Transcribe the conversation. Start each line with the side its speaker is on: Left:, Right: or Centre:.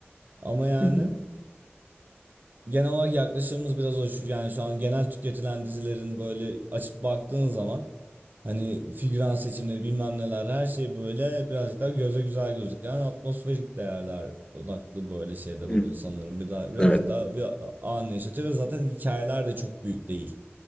Right: Ama yani
Left: hmm,
Right: Genel olarak yaklaşımımız biraz o. Şu- Yani şu an genel tüketilen dizilerin böyle açıp baktığın zaman hani figüran seçimleri bilmem neler her şey böyle birazcık daha göze güzel gözüken atmosferik değerler odaklı böyle şeyler
Left: hmm.
Right: oluyor sanırım. Bir daha birazcık
Left: Evet.
Right: daha bir a- anı yaşatıyor ve zaten hikayeler de çok büyük değil.